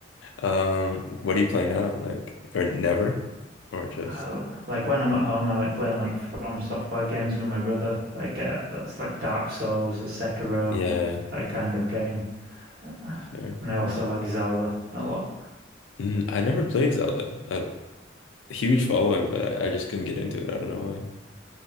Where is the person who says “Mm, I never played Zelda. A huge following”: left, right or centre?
Left